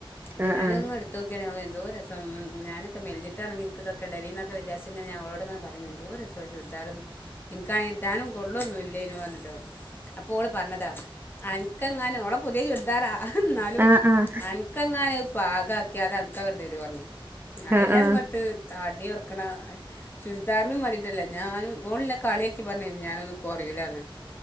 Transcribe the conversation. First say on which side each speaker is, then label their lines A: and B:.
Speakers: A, on the left; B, on the right.
A: അപ്പൊ
B: ആ ആ
A: ഞാനതങ്ങ്
B: ആ
A: എടുത്ത നോക്കിയാണെ എന്തൊരു, രസം ഞാനൊക്കെ മെൽഞ്ഞിട്ടാണെങ്കി ഇൻക്ക് ഇതൊക്കെ ഇടായിന്ന് എന്നൊക്കെ വിചാരിച്ച് ഞാൻ ഓളോട് ഇങ്ങനെ പറയും എന്തോരസം ഓളെ ചുരിദാർ. <unintelligible> ഇൻകാണെങ്കിൽ. ഇടാനും കൊള്ളൊന്നും ഇലെയ്ന്നു പറഞ്ട്ടൊ അപ്പോൾ ഓൾ പറഞ്ഞതാ ആ അനക്കെങ്ങാനും ഓളെ പുതിയ ചുരിദാറാ ഇന്നാലും
B: ആ ആ ആ
A: അനക്കെങ്ങാനും അത് പാകാക്കിയാല് അതെ <unintelligible> തെറി പറഞ്ഞ് അയ്ല്
B: ആ
A: അങ്ങട്ട്
B: ആ
A: ത തടി കൊറക്കണ ചുരിദാറിനും വേണ്ടി- ട്ടല്ല ഞാനും ഓള്ന്നെ കളിയാക്കി പറഞ്ഞിരുന്നു ഞാനൊന്നും കൊറയൂല്ലന്ന്